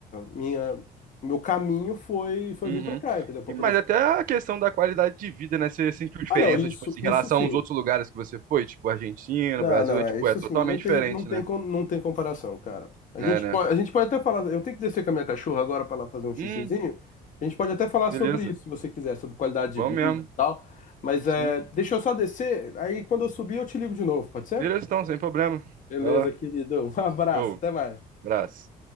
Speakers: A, on the left (about 50°); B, on the right (about 55°).
A: minha, meu caminho foi, foi
B: Uhum.
A: vir para cá, entendeu? Para
B: E,
A: poder
B: mas
A: ficar.
B: até a questão da qualidade de vida, né? Você sentiu diferença,
A: Ah, não, isso,
B: tipo assim,
A: isso
B: em relação
A: sim.
B: aos outros lugares que você foi, tipo Argentina,
A: Não,
B: Brasil,
A: não,
B: é
A: é
B: tipo,
A: isso
B: é totalmente
A: sim. Não tem,
B: diferente,
A: não tem,
B: né?
A: com- não tem comparação, cara. A
B: É,
A: gente
B: né?
A: pode, a gente pode até falar. Eu tenho que descer com a minha cachorra agora para ela fazer um xixizinho.
B: Hum,
A: A gente pode até falar
B: beleza.
A: sobre isso, se você quiser, sobre qualidade de
B: Vamos
A: vida
B: mesmo.
A: e tal. Mas
B: Sim.
A: é, deixa eu só descer. Aí quando eu subir, eu te ligo de novo, pode ser?
B: Beleza, então, sem problema.
A: Beleza,
B: Vai lá.
A: querido. Um <laughs> abraço,
B: Show.
A: até mais.
B: Abraço.